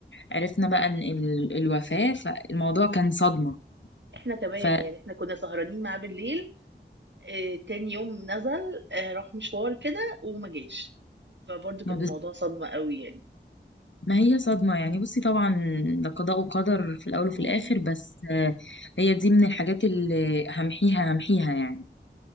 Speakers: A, on the left; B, on the right.
A: عرفنا بقى ان ال- الوفاه فالموضوع كان صدمه
B: احنا كمان
A: فما
B: يعني احنا كنا سهرانين معاه بالليل اه تاني يوم نزل اه راح مشوار كده وما جاش فبرضه كان
A: بز...
B: الموضوع صدمة قوي يعني
A: ما هي صدمه يعني بصي طبعا ده قضاء وقدر في الاول وفي
B: اه
A: الاخر بس آه، هي دي من الحاجات اللي همحيها همحيها يعني